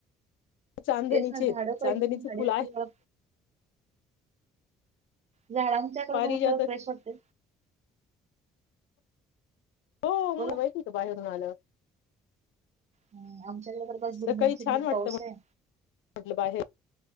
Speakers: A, on the left; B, on the right.
A: चांदणीचे
B: तेच ना झाडं पाहिजे
A: चांदणीचे
B: झाडे
A: फूल
B: असली
A: आहे.
B: जरा झाडांच्याकडून
A: पारिजातक
B: होऊन जरा फ्रेश वाटतय.
A: हो
B: बोला
A: मला माहिती होत, बाहेरून आल्यावर.
B: ह आमच्याकडे तरी पण,
A: सकाळी
B: झिरमीट झिरमीट
A: छान वाटतं
B: पाऊस आहे.
A: म्हटलं बाहेर